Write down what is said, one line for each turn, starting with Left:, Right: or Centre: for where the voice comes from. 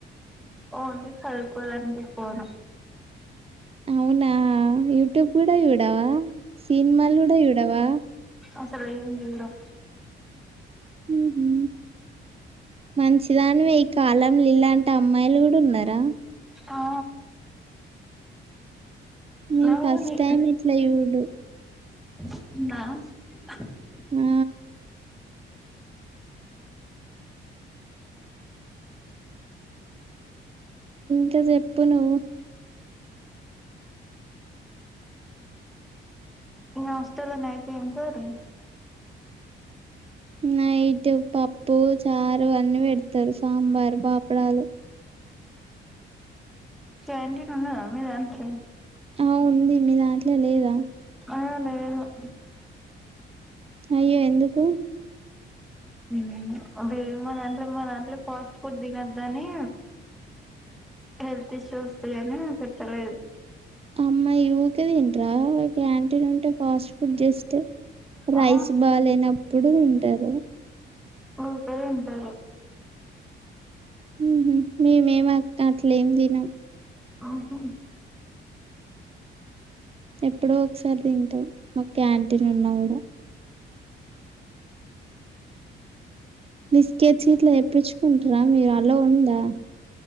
Centre: ఓన్లీ చదుకోడాన్కే ఫోను
Right: అవునా యూట్యూబ్ కూడా చూడవా సిన్మాలు కూడా చూడవా
Centre: అసల్ ఏమ్ చూడం
Right: మ్ హ్ మంచిదానివే ఈ కాలం లిలాంటి అమ్మాయిలు గుడున్నరా
Centre: ఆ
Right: నేన్
Centre: నువ్వు
Right: ఫస్ట్
Centre: నీ
Right: టైం ఇట్ల చూడు
Centre: ఉన్న
Right: మ్ ఇంకా చెప్పు నువ్వు
Centre: మీ హాస్టల్ న అయితే ఎమ్ కర్రీ
Right: నైట్ పప్పు చారు అన్ని పెడతారు సాంబార్ పాపడాలు
Centre: క్యాంటీన్ ఉన్నదా మీ దాంట్లో
Right: ఆ ఉంది మీ దాంట్లో లేదా
Centre: ఆ లేదు
Right: అయ్యో ఎందుకు
Centre: ఉమ్ మా దాంట్లో మా దంట్లో ఫాస్ట్ ఫుడ్ తిన్నదనీ హెల్త్ ఇష్యూ వస్తాయని పెట్టలేదు
Right: అమ్మాయి ఊరికే తింటారా క్యాటీన్ ఉంటే ఫాస్ట్ ఫుడ్ జస్ట్ రైస్
Centre: ఆ
Right: బాలేనప్పుడు తింటారు
Centre: ఊకే తింటారు
Right: ఉ హు మేమేం అ అట్లా ఎమ్ తినం
Centre: ఉహు
Right: ఎప్పుడో ఒకసారి తింటాం మాకు క్యాంటీన్ ఉన్నా కూడా బిస్కెస్ ఇట్లా తెప్పించుకుంటారా మీరు అలో ఉందా